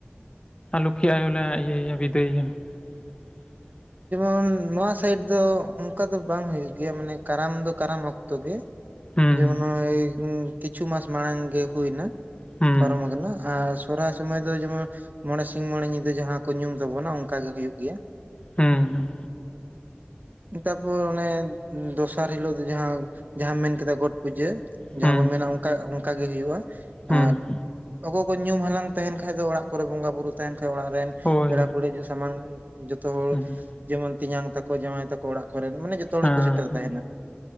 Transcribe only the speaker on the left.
ᱞᱚᱠᱠᱷᱤ ᱟᱭᱳ ᱞᱮ ᱤᱭᱟᱹᱮᱭᱟ ᱵᱤᱫᱟᱹᱭᱭᱟ <inaudible>
ᱦᱩᱸ
ᱦᱩᱸ
ᱦᱩᱸ ᱦᱩᱸ
ᱦᱩᱸ
ᱦᱩᱸ
ᱦᱳᱭ
ᱦᱩᱸ
ᱦᱮᱸ